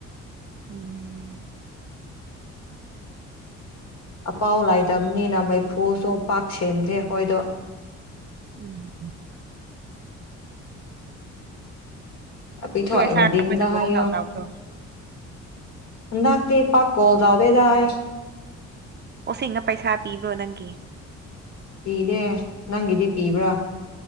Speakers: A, on the right; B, on the left.
A: ꯎꯝ
B: ꯑꯄꯥꯎ ꯂꯩꯗꯕꯅꯤꯅ ꯃꯩꯐꯨꯁꯨ ꯄꯥꯛ ꯁꯦꯝꯗꯦ ꯑꯩꯈꯣꯏꯗꯣ
A: ꯎꯝ
B: ꯑꯄꯤꯊꯣꯏꯒ
A: ꯁꯣꯏ ꯁꯥꯔ
B: ꯗꯤꯡꯒ
A: ꯑꯩꯈꯣꯏꯗ ꯀꯣꯜ
B: ꯍꯥꯏꯌꯣ
A: ꯇꯧ ꯇꯧꯕ꯭ꯔꯣ
B: ꯍꯟꯗꯛꯇꯤ ꯄꯥꯛ ꯀꯣꯜ ꯇꯧꯗꯦꯗ ꯑꯩ
A: ꯑꯣꯁꯤꯅ ꯄꯩꯁꯥ ꯄꯤꯕ꯭ꯔꯣ ꯅꯪꯒꯤ
B: ꯄꯤꯗꯦ ꯅꯪꯒꯤꯗꯤ ꯄꯤꯕ꯭ꯔꯣ